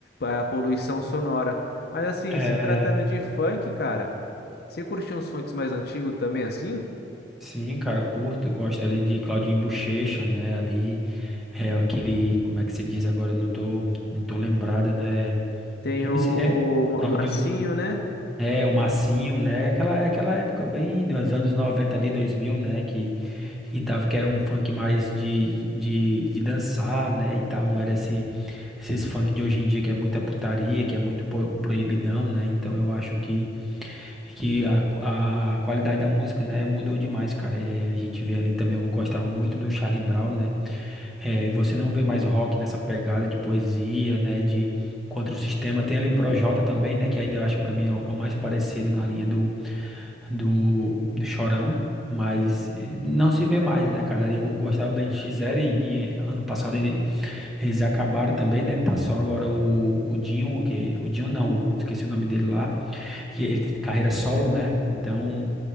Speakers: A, on the left; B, in the centre.
A: é, a poluição sonora. Mas assim,
B: É,
A: se tratando de funk, cara, você curtiu uns funks mais antigos também, assim?
B: Sim, cara, eu curto, eu gosto ali de Claudinho Bochecha, né? Ali é aquele, como é que se diz agora? Eu não tô, não tô lembrado, né?
A: Tem
B: MC
A: o,
B: É o
A: o
B: Claudinho
A: Marcinho,
B: e Bo-
A: né?
B: é o Massinho, né? Aquela aquela época bem dos anos 90 ali, 2000 né, que que tava que era um funk mais de, de, de dançar, né, e tal, não era esse esses funk de hoje em dia que é muita putaria, que é muito po- proibidão, né? Então eu acho que que a, a qualidade da música, né, mudou demais, cara. É, a gente vê ali também, eu gostava muito do Charlie Brown, né? É, você não vê mais rock nessa pegada de poesia, né, de contra o sistema. Tem ali o Projota também, né, que ainda eu acho para mim é o, é o mais parecido na linha do, do, do Chorão. Mas eh, não se vê mais, né, cara? Eu gostava do N X Zero e, e, eh, ano passado ele, eles acabaram também, né? Tá só agora o, o Dinho, que, o Dinho não, esqueci o nome dele lá. E ele tem carreira solo, né? Então,